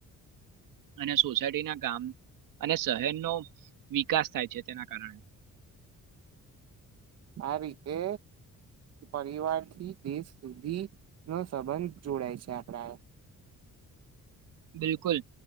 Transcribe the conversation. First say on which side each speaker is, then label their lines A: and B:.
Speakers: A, on the right; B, on the right.
A: અને સોસાયટી ના કામ અને શહેરનો વિકાસ થાય છે તેના કારણે
B: આ રીતે પરિવારથી દેશ સુધી નો સંબંધ જોડાય છે આપડા
A: બિલકુલ.